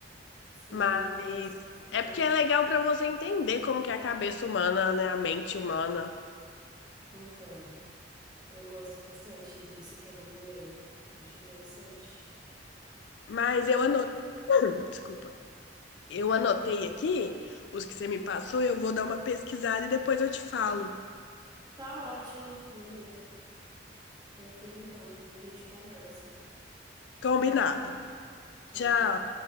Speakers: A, on the right; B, on the left.
A: Sim,
B: Mas
A: gosto bastante.
B: é porque é legal pra você entender como que é a cabeça humana, né, a mente humana.
A: Então, eu gosto bastante desse tema também. Acho interessante.
B: Mas eu anotei, <coughs> desculpa. Eu anotei aqui os que você me passou, eu vou dar uma pesquisada e depois eu te falo.
A: Tá ótimo, beleza. Perfeito, então. Depois a gente conversa.
B: Combinado.
A: Tchau,
B: Tchau.
A: tchau.